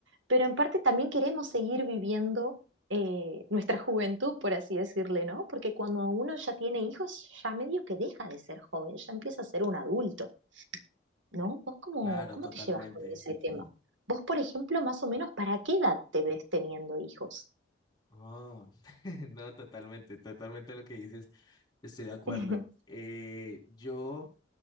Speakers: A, on the right; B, on the left.
A: pero en parte también queremos seguir viviendo eh, nuestra <laughs> juventud, por así decirle, ¿no? Porque cuando uno ya tiene hijos, ya medio que deja de ser joven, ya empieza a ser un adulto. ¿no? ¿Vos cómo,
B: Claro,
A: cómo
B: totalmente.
A: te llevas con ese tema? Vos, por ejemplo, más o menos, ¿para qué edad te ves teniendo hijos?
B: Oh, <laughs> no, totalmente, totalmente lo que dices, estoy de acuerdo.
A: <laughs>
B: Eh, yo,